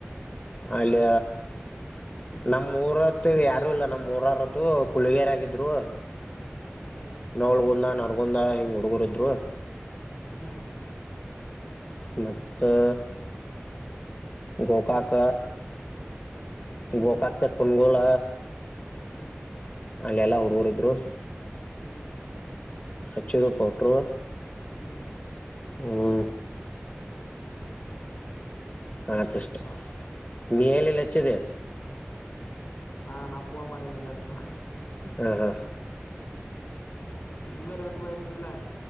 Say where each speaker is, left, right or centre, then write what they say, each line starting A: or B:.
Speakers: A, on the left (about 35°); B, on the left (about 55°).
A: ಅಲ್ಲಿ ನಮ್ಮೂರತ್ ಯಾರು ಇಲ್ಲ ನಮ್ಮ್ ಮೂರರತ್ತು ಕುಳಗೇರಾಗಿದ್ರು
B: ಹ್ಮ್
A: ನೋಳ್ಗುಂದ ನರ್ಗುಂದ ಹಿಂಗ್ ಹುಡುಗರ ಇದ್ರು
B: ಹ್ಮ್
A: ಮತ್ತೆ ಗೋಕಾಕ
B: ಹ್ಮ್
A: ಗೋಕಾಕ್ ತ ಕುನ್ಗೋಲ
B: ಹ್ಮ್
A: ಅಲ್ಲೆಲ್ಲ ಹುಡುಗರು ಇದ್ರು
B: ಹ್ಮ್
A: ಹಚ್ಚೆಗ ಪೌಡರ್
B: ಹ್ಮ್
A: ಹ್ಮ್ ಹತಷ್ಟು
B: ಹಾ
A: ನೀ ಏಲೆಲ್ಲಚ್ಚಿದೆ
B: ನಾ ನಾ ಪೋನ್ ಮಾಡಿದೆ ಹೊತ್ತುನ
A: ಹಾ ಹಾ
B: ನಿಮ್ಮ ಮೇಲೆ ಯಾಕ ಬಯ ಆತಿಲ್ಲಾ